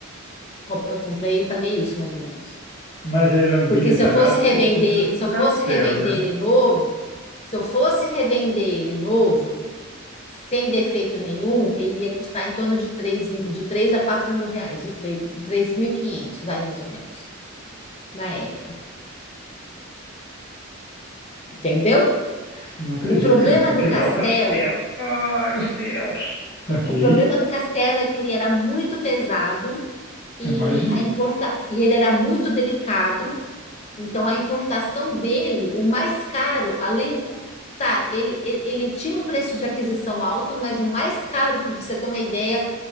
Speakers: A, on the left; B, on the left.
A: Com- Eu comprei e paguei isso, mais ou menos.
B: Mas ele era bem
A: Porque
B: detalhado?
A: se eu fosse revender,
B: Sim, eu tô pensando assim
A: se
B: no
A: eu
B: castelo,
A: fosse revender
B: né?
A: ele novo, se eu fosse revender ele novo, sem defeito nenhum, ele ia custar em torno de três de três a quatro mil reais, de 3, quinhentos vai mais ou menos, na época, entendeu?
B: Não acredito
A: O problema
B: que você conseguiu
A: do
B: quebrar
A: Castelo,
B: o castelo. Ai, meu Deus! Ok,
A: o problema do Castelo é que ele era muito pesado e,
B: imagino.
A: a importa, e ele era muito delicado, então a importação dele, o mais caro, além, Tá, ele, ele ele tinha um preço de aquisição alto, mas o mais caro, para você ter uma ideia,